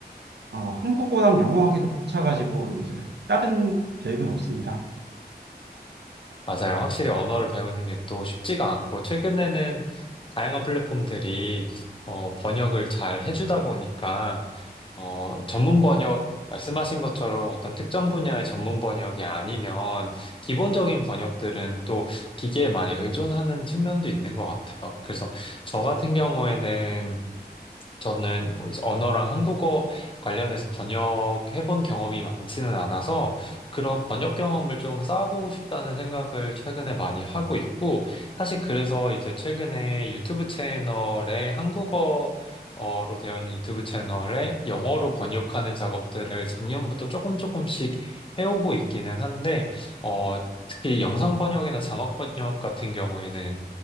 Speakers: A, on the right; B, on the left.
A: 어, 한국어랑 영어하기 더 벅차가지고 이제 다른 계획은 없습니다.
B: 맞아요. 확실히 언어를 배우는 게 또 쉽지가 않고 최근에는 다양한 플랫폼들이 어, 번역을 잘 해주다 보니까 어, 전문 번역, 말씀하신 것처럼 어떤 특정 분야의 전문 번역이 아니면 기본적인 번역들은 또 기계에 많이 의존하는 측면도 있는 것 같아요. 그래서 저 같은 경우에는 저는 뭐 이제 언어랑 한국어 관련해서 번역해본 경험이 많지는 않아서 그런 번역 경험을 좀 쌓아보고 싶다는 생각을 최근에 많이 하고 있고 사실 그래서 이제 최근에 유튜브 채널에 한국어로 되어 있는 유튜브 채널에 영어로 번역하는 작업들을 작년부터 조금 조금씩 해오고 있기는 한데 어, 특히 영상 번역이나 자막 번역 같은 경우에는